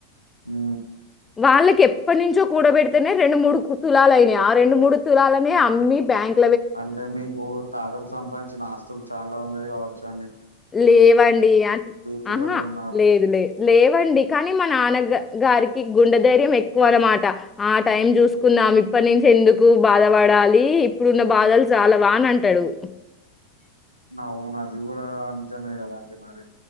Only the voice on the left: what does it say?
వాళ్ళకి ఎప్పటి నుంచో కూడపెడ్తనే రెండు మూడు తులాలైనై ఆ రెండు మూడు తులాలనే అమ్మి బ్యాంక్
లేవండి అట్
ఆహా
లేదు లే లేవండి కానీ మా నాన్న గ గారికి గుండె ధైర్యం ఎక్కువనమాట ఆ టైం చూసుకుందాం ఇప్పటి నుంచె ఎందుకు బాధపడాలి ఇప్పుడున్న బాధలు చాలా వా అని అంటాడు